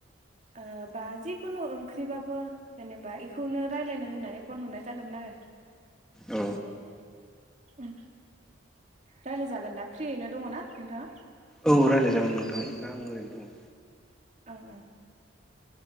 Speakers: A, on the right (about 35°); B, in the centre.
A: ओ बा जिखुनु ओंख्रिबाबो जेनेबा एखौनो रायलायनो होननानै फन हरनाय जादोंमोन आरो।
B: औ
A: उम रायलाय जागोन दा फ्रियैनो दङ ना नोंथाङा?
B: औ रायलाय जागोन नोंथां दा आं ओरैनो दङ।
A: ओं ओं।